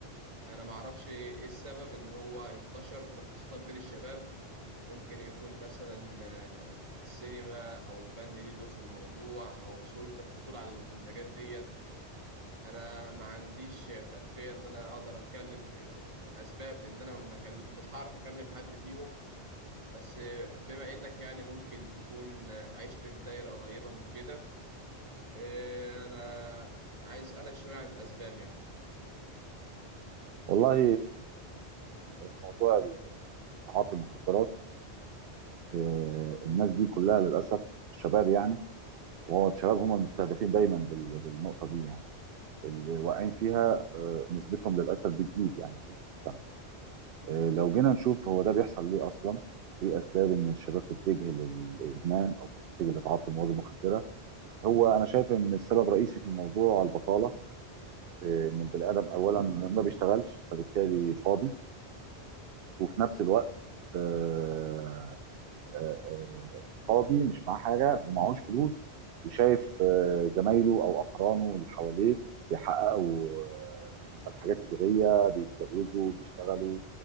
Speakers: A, on the right (about 30°); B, on the right (about 65°).
A: أنا معرفش إيه السبب إن هو انتشر خاصة بين الشباب ممكن يكون مثلا آه، السينما أو الفن ليه دور في الموضوع أو سهولة الحصول على المنتجات ديت انا ما عنديش خلفيه ان انا اقدر اتكلم في في الاسباب لان انا ما كل- مش هعرف اكلم حد فيهم بس بما انك يعني ممكن تكون عشت في دايره قريبه من كده إيه، انا عايز اسالك شويه عن الاسباب يعني
B: والله آه، موضوع تعاطي المخدرات آه، الناس دي كلها للاسف شباب يعني وهو الشباب هم المستهدفين دايما بال- بالنقطه دي يعني اللي واقعين فيها آه، نسبتهم للاسف بتزيد يعني في المجتمع آه، لو جينا نشوف هو ده بيحصل ليه اصلا ايه اسباب ان الشباب تتجه للادمان او تتجه لتعاطي المواد المخدره هو انا شايف ان السبب الرئيسي في الموضوع البطاله آه، ان البني ادم اولا ما بيشتغلش فبالتالي فاضي وفي نفس الوقت آه، آه، آه، فاضي مش معاه حاجه ومعهوش فلوس وشايف آه، زمايله او اقرانه اللي حواليه بيحققوا آه، مثلا حاجات ايجابيه بيتجوزوا بيشتغلوا